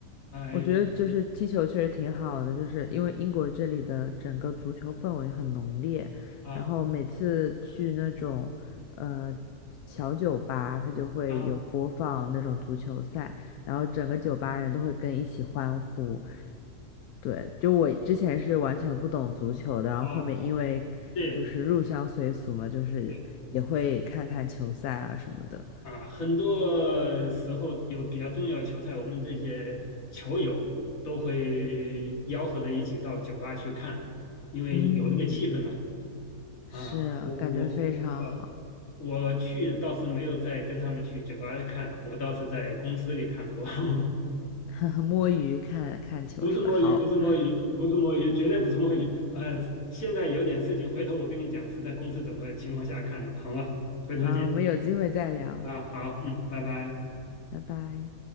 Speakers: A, on the left (about 60°); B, on the left (about 75°).
A: 哎，
B: 我觉得就是踢球确实挺好的，就是因为英国这里的整个足球氛围很浓烈，
A: 对啊
B: 然后每次去那种呃小酒吧，它就会有播放那种足球赛，
A: 啊
B: 然后整个酒吧人都会跟一起欢呼。对，就我之前是完全不懂足球的，然后后面因为就是入乡随俗嘛，
A: 啊，对。
B: 就是也会看看球赛啊什么的。
A: 对啊，很多时候有比较重要的球赛，我们这些球友都会吆喝着一起到酒吧去看，因为有那个气氛嘛。
B: 嗯，是，
A: 啊，我我我我我呃，
B: 感觉非常好。
A: 我去倒是没有再跟他们去酒吧看，我倒是在公司里看过。<laughs>
B: <laughs> 摸鱼看看球是吧？
A: 不是摸鱼，
B: 好，
A: 不是摸鱼，不是摸鱼，绝对不是摸鱼。呃，现在有点事情，回头我跟你讲是在公司怎么情况下看的，好吗？回头见
B: 好，我们有机会再聊，
A: 啊，好，嗯，拜拜。
B: 拜拜。